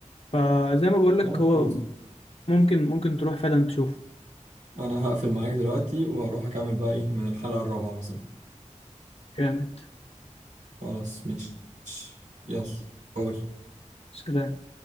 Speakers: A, on the left (about 50°); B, on the right (about 80°).
A: فزي ما بقولك
B: جامد
A: هو
B: خلاص
A: ممكن ممكن تروح فعلا تشوفه
B: انا هقفل معاك دلوقتي واروح اكمل بقى ايه من الحلقة الرابعة مثلا
A: جامد
B: خلاص مش يلا باي
A: سلام